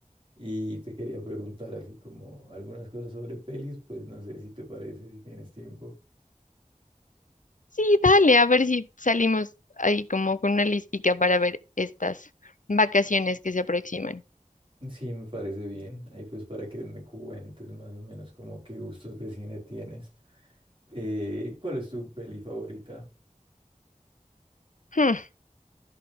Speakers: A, on the right (about 40°); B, on the left (about 70°).
A: Y te quería preguntar así como algunas cosas sobre pelis, pues no sé si te parece, si tienes tiempo.
B: Sí, dale, a ver si salimos ahí como con una listica para ver estas vacaciones que se aproximan.
A: Sí, me parece bien. Ahí pues para que me cuentes más o menos como qué gustos de cine tienes. Eh, ¿cuál es tu peli favorita?
B: Hmm,